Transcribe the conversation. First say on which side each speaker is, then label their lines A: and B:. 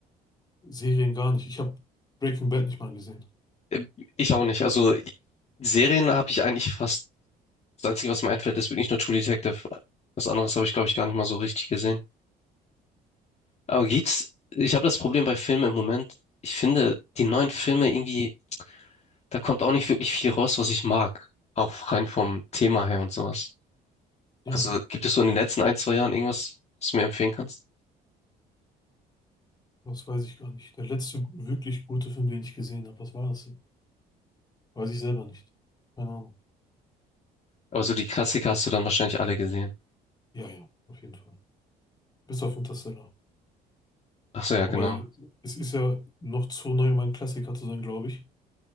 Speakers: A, on the left; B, on the left.
A: Serien gar nicht. Ich habe Breaking Bad nicht mal gesehen.
B: Äh, Ich auch nicht. Also, Serien habe ich eigentlich fast, das Einzige, was mir einfällt, ist wirklich nur True Detective. Was anderes habe ich, glaube ich, gar nicht mal so richtig gesehen. Aber geht's, ich habe das Problem bei Filmen im Moment. Ich finde die neuen Filme irgendwie da kommt auch nicht wirklich viel raus, was ich mag. Auch rein vom Thema her und sowas.
A: Ja,
B: Also gibt es so in den letzten ein, zwei Jahren irgendwas, was du mir empfehlen kannst?
A: was weiß ich gar nicht. Der letzte wirklich gute Film, den ich gesehen habe, was war das denn? Weiß ich selber nicht. Keine Ahnung.
B: Aber so die Klassiker hast du dann wahrscheinlich alle gesehen.
A: Ja, ja, auf jeden Fall. Bis auf Interstellar.
B: Ach so, ja,
A: Wobei,
B: genau.
A: es ist ja noch zu neu, um ein Klassiker zu sein, glaube ich.